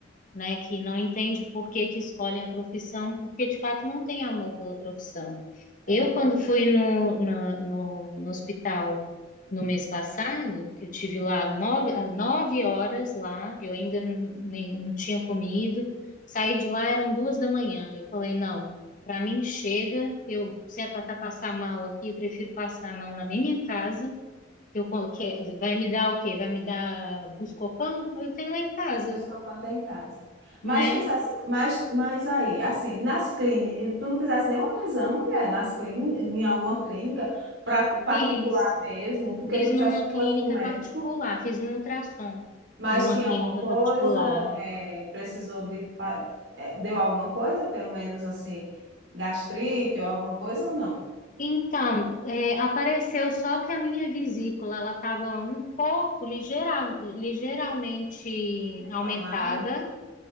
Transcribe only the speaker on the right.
É
Dos que eu plantei em casa. Mas
fizesse, mas, mas aí, assim, nas clínicas, tu não fizesse nenhum outro exame, mulher, nas clínicas, em alguma clínica, pra, tu- particular
mesmo, porque
tu
dissesse que
fosse para o médico,
mas
tinha
alguma coisa,
é, precisou de, fa- é, deu alguma coisa, pelo menos assim, gastrite ou alguma coisa ou não?
Inflamada?